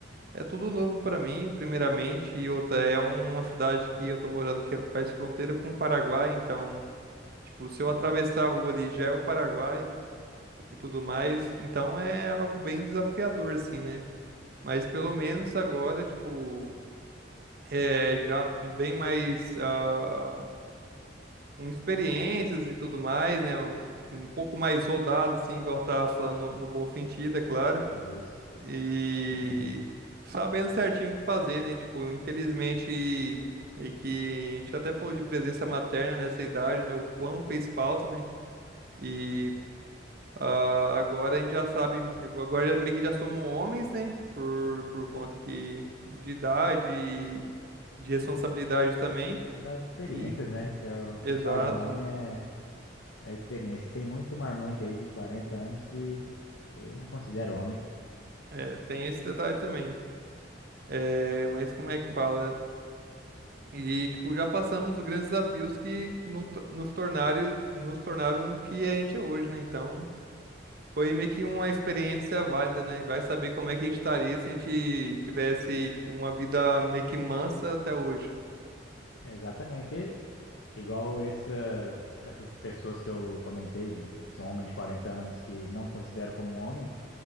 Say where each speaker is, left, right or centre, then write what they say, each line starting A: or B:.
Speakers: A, on the right; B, on the left.
A: é tudo novo pra mim, primeiramente, e outra, é uma cidade que eu tô morando que é, faz fronteira com o Paraguai, então, tipo, se eu atravessar a rua ali já é o Paraguai e tudo mais, então é algo bem desafiador, assim, né? Mas pelo menos agora, tipo, é já bem mais ah, com experiências e tudo mais, né? Um pouco mais rodado, assim, igual tá falando no no bom sentido, é claro.
B: É isso.
A: E
B: <laughs>
A: sabendo certinho o que fazer, né? Tipo, infelizmente, meio que a gente até falou de presença materna nessa idade, né? O quão fez falta, né? E ah, agora a gente já sabe, agora já- meio que já somos homens, né? Por, por conta que de idade e de responsabilidade também.
B: E das experiências,
A: E,
B: né? Que é o que
A: exato,
B: faz um homem é, é a experiência. Tem muito marmanjo aí de 40 anos que eu não considero homem.
A: é, tem esse detalhe também. É, mas como é que fala? E, tipo, já passamos os grandes desafios que no- nos tornaram, nos tornaram o que a gente é hoje, né? Então, foi meio que uma experiência válida, né? E Vai saber como é que a gente estaria se a gente tivesse, tipo, uma vida meio que mansa até hoje.
B: Exatamente. Igual essas, essas pessoas que eu comentei, de ser um homem de 40 anos que não considero como homem,